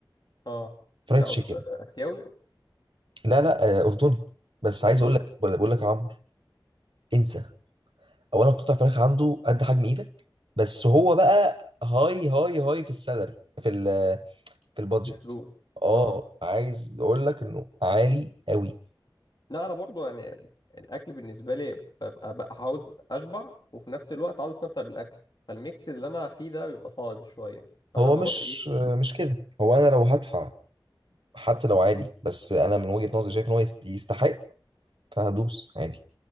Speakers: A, on the left (about 55°); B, on the right (about 80°).
A: اه
B: فرايد
A: ده
B: تشيكن
A: أس... آه، اسيوي
B: لا لا آه، أردني بس عايز
A: اردني
B: أقول لك بقول لك يا عمرو انسى أولا قطع فراخ عنده قد حجم إيدك بس هو بقى هاي هاي هاي في السالري في ال في البادجت
A: بفلوس
B: اه
A: اه
B: عايز اقول لك انه عالي قوي
A: لا انا برضو يعني الاكل بالنسبه لي ببقى بقى عاوز اشبع وفي نفس الوقت عاوز استمتع بالاكل فالميكس اللي انا فيه ده بيبقى صعب شويه فانا
B: هو
A: بروح
B: مش
A: ايه
B: مش كده هو انا لو هدفع حتى لو عالي بس انا من وجهة نظري شايف ان هو يست- يستحق فهدوس عادي